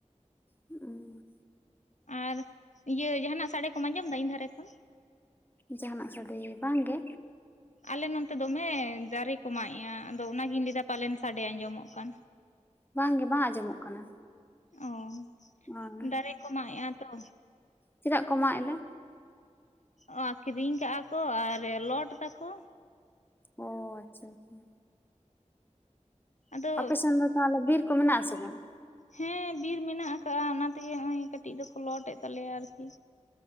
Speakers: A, on the left (about 15°); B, on the left (about 70°).
A: ᱦᱩᱜ ᱩᱸ
B: ᱟᱨ ᱤᱭᱟᱹ ᱡᱟᱦᱟᱱᱟᱜ ᱥᱟᱲᱮ ᱠᱚᱢ ᱟᱸᱡᱚᱢ ᱮᱫᱟ ᱤᱧ ᱫᱷᱟᱨᱮ ᱠᱷᱚᱱ
A: ᱡᱟᱦᱟᱱᱟᱜ ᱥᱟᱰᱮ ᱵᱟᱝᱜᱮ,
B: ᱟᱞᱮ ᱱᱚᱛᱮ ᱫᱚᱢᱮ ᱫᱟᱨᱮ ᱠᱚ ᱢᱟᱜ ᱮᱫ-ᱟ ᱟᱫᱚ ᱚᱱᱟᱜᱤᱧ ᱞᱟᱹᱭ ᱮᱫᱟ ᱯᱟᱞᱮᱱ ᱥᱟᱰᱮ ᱟᱸᱡᱚᱢᱚᱜ ᱠᱟᱱ
A: ᱵᱟᱝᱜᱮ ᱵᱟᱝ ᱟᱸᱡᱚᱢᱚᱜ ᱠᱟᱱᱟ
B: ᱚ
A: ᱟᱨ
B: ᱫᱟᱨᱮ ᱠᱚ ᱢᱟᱜ ᱮᱜᱼᱟ ᱛᱚ
A: ᱪᱮᱫᱟᱜ ᱠᱚ ᱢᱟᱜ ᱮᱫᱟ?
B: ᱚ ᱟᱹᱠᱷᱨᱤᱧ ᱠᱟᱜᱼᱟ ᱠᱚ ᱟᱨ ᱞᱚᱴ ᱮᱫᱟᱠᱚ
A: ᱚ ᱟᱪᱪᱷᱟ ᱟᱪᱪᱷᱟ
B: ᱟᱫᱚ
A: ᱟᱯᱮ ᱥᱮᱱ ᱫᱚ ᱛᱟᱦᱚᱞᱮ ᱵᱤᱨ ᱠᱚ ᱢᱮᱱᱟᱜ ᱟᱥᱮ ᱵᱟᱝ?
B: ᱦᱮᱸ ᱵᱤᱨ ᱢᱮᱱᱟᱜ ᱟᱠᱟᱜ-ᱟ ᱚᱱᱟᱛᱮ ᱜᱮ ᱱᱚᱜ-ᱚᱭ ᱠᱟᱹᱴᱤᱡ ᱫᱚᱠᱚ ᱞᱚᱴ ᱮᱫ ᱛᱟᱞᱮᱭᱟ ᱟᱨᱠᱤ